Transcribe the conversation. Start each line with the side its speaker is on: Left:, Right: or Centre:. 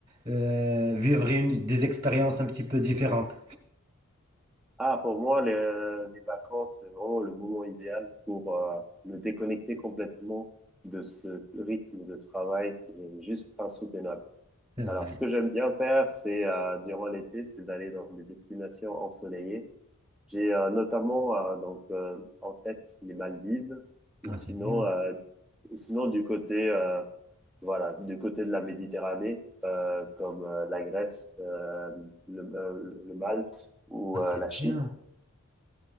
Right: euh, vivre une- des expériences un petit peu différentes.
Centre: Ah, pour moi, le- les vacances, c'est vraiment le moment idéal pour euh, me déconnecter complètement de ce rythme de travail qui est juste insoutenable.
Right: C'est
Centre: Alors,
Right: vrai.
Centre: ce que j'aime bien faire, c'est euh, durant l'été, c'est d'aller dans des destinations ensoleillées. J'ai euh, notamment euh, donc euh, en tête les Maldives, ou
Right: Ah, c'est
Centre: sinon,
Right: bien.
Centre: euh, ou sinon du côté euh, voilà, du côté de la Méditerranée, euh, comme euh, la Grèce, euh, le, euh, le Malte ou
Right: Ah, c'est
Centre: euh, la Chypre.
Right: bien.